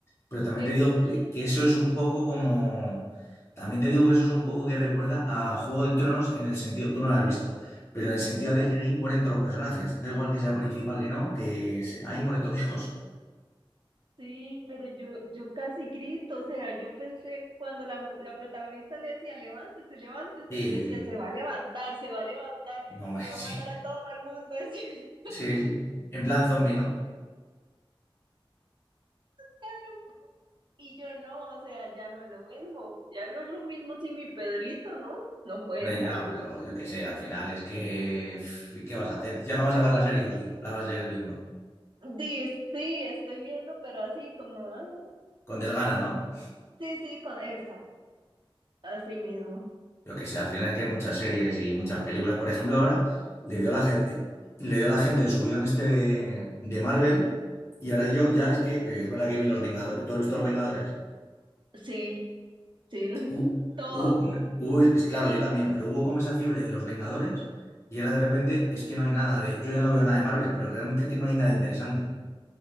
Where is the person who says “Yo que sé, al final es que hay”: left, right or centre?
Left